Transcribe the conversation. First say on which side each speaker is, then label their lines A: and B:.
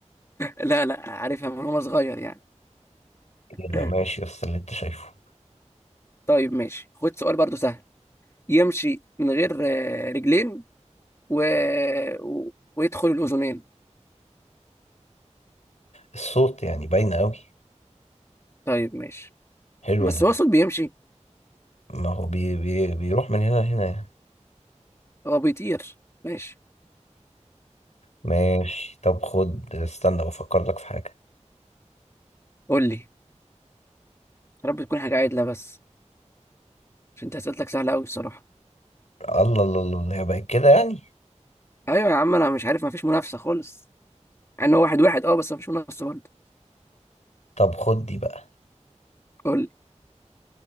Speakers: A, on the left (about 20°); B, on the left (about 70°).
A: لا لا عارفها من وانا صغير يعني
B: إيه ده
A: <clears throat>
B: ماشي بس اللي انت شايفه
A: طيب ماشي خد سؤال برضو سهل يمشي من غير آه، رجلين و... و... ويدخل الاذنين
B: الصوت يعني باينه قوي
A: طيب ماشي
B: حلو
A: بس
B: ده
A: هو صوت بيمشي
B: ما هو بي بي بيروح من هنا لهنا يعني
A: هو بيطير ماشي
B: ماشي طب خد استنى بفكر لك في حاجه
A: قول لي يا رب تكون حاجة عادلة بس عشان انت اسئلتك سهلة قوي الصراحة
B: الله الله الله الله، هي بقت كده يعني
A: ايوه يا عم انا مش عارف ما فيش منافسه خالص مع ان هو واحد واحد اه بس ما فيش منافسه برضه
B: طب خد دي بقى
A: قول لي